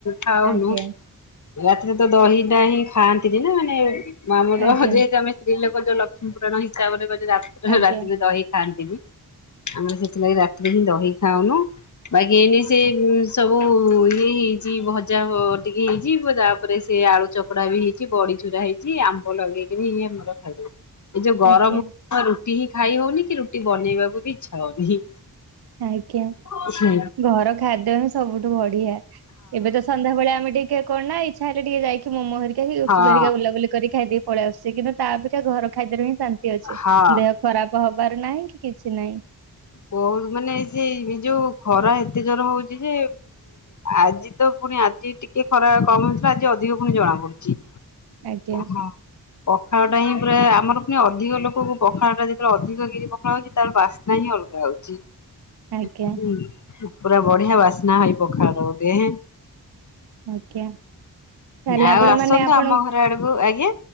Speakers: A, on the left (about 50°); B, on the right (about 75°).
A: ଖାଉନୁ
B: ଆଜ୍ଞା
A: ରାତିରେ ତ ଦହିଟା ହିଁ ଖାଆନ୍ତିନି ନା ମାନେ ଆମର
B: ଆଜ୍ଞା
A: ଯେହେତୁ ଆମେ ସ୍ତ୍ରୀଲୋକ ଯୋଉ ଲକ୍ଷ୍ମୀ ପୁରାଣ ହିସାବରେ <unintelligible> ରାତିରେ
B: ଆଜ୍ଞା
A: ଦହି ଖାଆନ୍ତିନି। ଆମର ବି ସେଥିଲାଗି ରାତିରେ ହିଁ ଦହି ଖାଉନୁ। ବାକି ଏଇନେ ସେ ସବୁ ଇଏ ହେଇଛି ଭଜା ଟିକେ ହେଇଛି ତାପରେ ସେ ଆଳୁ ଚକଡା ବି ହେଇଛି ବଡି ଚୁରା ହେଇଛି ଆମ୍ବ ଲଗେଇକିରି ହିଁ ଆମର ଖାଇଦଉ। ଏ ଯୋଉ ଗରମକୁ
B: ଆଜ୍ଞା
A: ରୁଟି ହିଁ ଖାଇ ହଉନି କି ରୁଟି ବନେଇବାକୁ ବି ଇଚ୍ଛା ହଉନି?
B: ଆଜ୍ଞା।
A: ଅଛି।
B: ଘର ଖାଦ୍ୟ ହିଁ ସବୁଠୁ ବଢିଆ। ଏବେ ତ ସନ୍ଧ୍ୟାବେଳେ ଆମେ ଟିକେ କଣ ନା ଇଚ୍ଛା ହେଲେ ଟିକେ ଯାଇକି କି ମୋମୋ ହେରିକା କି ଗୁପଚୁପ
A: ହଁ
B: ହେରିକା ବୁଲାବୁଲି କରିକି ଖାଇଦେଇକି ପଲେଇ ଆସୁଛେ କିନ୍ତୁ ତା ଅପେକ୍ଷା ଘର ଖାଇବାରୁ ହିଁ ଶାନ୍ତି ଅଛି।
A: ହଁ।
B: ଦେହ ଖରାପ ହବାର ନାହିଁ କି କିଛି ନାହିଁ।
A: ବହୁତ ମାନେ ସେ ଏଇ ଯୋଉ ଖରା ଏତେ ଜୋର ହଉଛି ଯେ ଆଜି ତ ପୁଣି ଆଜି ଟିକେ ଖରା କମ ହେଉଥିଲା ଆଜି ଅଧିକ ପୁଣି ଜଣା ପଡୁଚି।
B: ଆଜ୍ଞା।
A: ହଁ। ପଖାଳଟା ହିଁ ପୁରା ଆମର ପୁଣି ଅଧିକ ଲୋକକୁ ପଖାଳଟା ଯେତେବେଳେ ଅଧିକ କିରି ପଖାଳ ହଉଛି ତାର ବାସ୍ନା ହିଁ ଅଲଗା। ଯାଉଛିହେଁ
B: ଆଜ୍ଞା
A: ହୁଁ ପୁରା ବଢିଆ ବାସ୍ନା ହେଇ ପଖାଳର ଗୋଟେ ଏଁ।
B: ଆଜ୍ଞା। ତାହେଲେ
A: ଆଉ
B: ଆପଣ
A: ଆସନ୍ତୁ
B: ମାନେ ଆପଣ
A: ଆମ ଘର ଆଡକୁ ଆଜ୍ଞା